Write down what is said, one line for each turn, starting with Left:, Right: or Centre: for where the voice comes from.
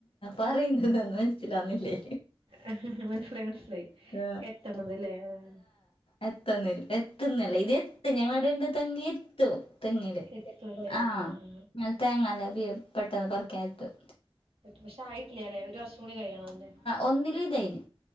Left: പറയുന്നതൊന്നും മനസ്സിലാവുന്നില്ലേ
Right: ആഹ് മനസ്സിലായി മനസ്സിലായി
Left: ആ,
Right: എത്തണതല്ലേ ആഹ് ആഹ്
Left: എത്തുന്നല്ല എത്തുന്നല്ലേ ഇത് എത്തു ഞങ്ങള അട ഇണ്ട തെങ്ങ എത്തു തെങ്ങില്
Right: എത്തുവല്ലേ
Left: ആഹ്
Right: ആ ആ
Left: തേങ്ങല്ല ബേം പെട്ടെന്ന് പറിക്കാൻ എത്തും
Right: പക്ഷേ ആയിട്ടില്ലല്ലെ ഒരു വർഷം കൂടി കഴിയണം എല്ലേ
Left: ഒന്നില്തേനു